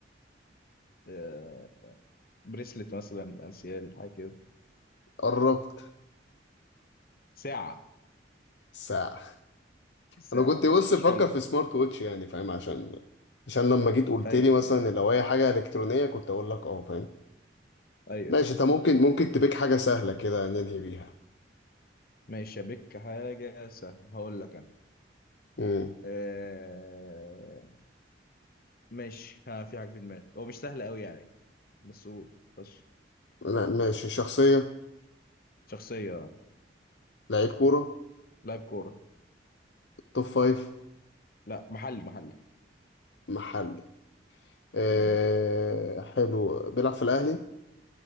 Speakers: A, on the left (about 50°); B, on the left (about 70°).
A: آه... بريسلت مثلا انسيال حاجه كده
B: قربت
A: ساعه
B: ساعة
A: ساعه
B: انا كنت
A: مش
B: بص بفكر
A: حلو
B: في سمارت ووتش يعني فاهم عشان عشان لما جيت قلت
A: ايوه
B: لي مثلا لو هي حاجة إلكترونية كنت اقول لك اه فاهم
A: ايوه
B: ماشي انت ممكن ممكن تبيك حاجة سهلة كده ننهي بيها
A: ماشي بك حاجة سهلة هقول لك أنا
B: امم
A: آه... ماشي ها في حاجة في دماغي هو مش سهل أوي يعني بس قول بس
B: لا ماشي شخصية
A: شخصية
B: لعيب كورة
A: لاعب كورة
B: توب فايف
A: لا محلي محلي
B: محلي أه
A: مم.
B: حلو بيلعب في الاهلي